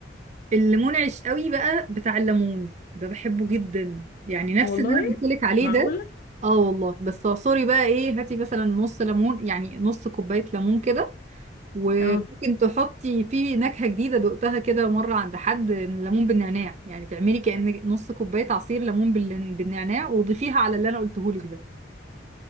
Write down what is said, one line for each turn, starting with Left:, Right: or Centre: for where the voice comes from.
Right: اللي منعش قوي بقى بتاع الليمون ده بحبه جدا يعني نفس
Left: والله
Right: اللي انا قلت لك عليه
Left: معقوله
Right: ده اه والله بس اعصري بقى ايه هاتي مثلا نص ليمون يعني نص كوبايه ليمون كده وممكن
Left: اه
Right: تحطي فيه نكهة جديدة دقتها كده مرة عند حد ليمون بالنعناع يعني تعملي كأن نص كوباية عصير ليمون بال- بالنعناع وضيفيها على اللي انا قلته لك ده